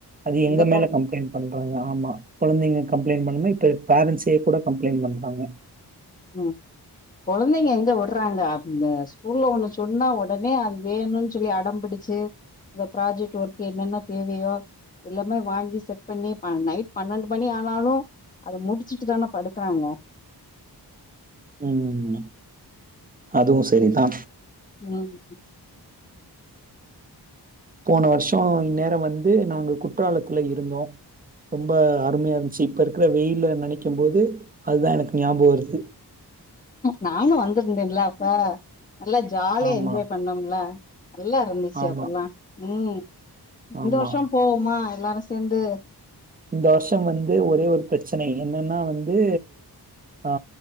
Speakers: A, on the right (about 20°); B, on the left (about 20°).
A: அது எங்க
B: இந்த
A: மேல
B: கொ
A: கம்ப்ளெய்ண்ட் பண்றாங்க ஆம்மா கொழந்தங்க கம்ப்ளெய்ண்ட் பண்ணுமா இப்ப பேரண்ட்ஸ் யேகுட கம்ப்ளெய்ண்ட் பண்றாங்க
B: ம் கொழந்தங்க எங்க விட்றாங்க அ ஸ்கூல்ல ஒண்ணு சொன்னா ஒடனே அது வேணுன்சொல்லி அடம்பிடிச் ச்சு அந்த ப்ராஜெக்ட் ஒர்க்கு என்னென்ன தேவியோ எல்லாமே வாங்கி செட் பண்ணி நைட் பன்னண்டு மணி ஆனாலு அது முடிச்சுட்டுதான படுக்கறாங்க
A: ம் ம் அதுவுசெரிதா
B: ம்
A: போனவர்ஷோ இந்நேரோ வந்து நாங்க குற்றாலத்துல இருந்தோ ரொம்ப அருமைய இருந்ச்சு இப்போ இருக்கிற வெயில நெனைக்கும்போது அதுதா எனக்கு ஞாபகொ வருது
B: நாங்லு வந்திர்ந்தேல்ல அப்ப நல்லா ஜாலியா
A: ஆமா,
B: என்ஜாய் பண்ணோம்ல நல்லார்ந்துச்சு
A: ஆமா,
B: அப்பல்லா உம் இந்த
A: ஆமா.
B: வர்ஷோ போவுமா எல்லாரு சே சேந்து
A: இந்த வர்ஷம் வந்து ஒரே ஒர் பிரச்சனை என்னன்னா வந்து ஆ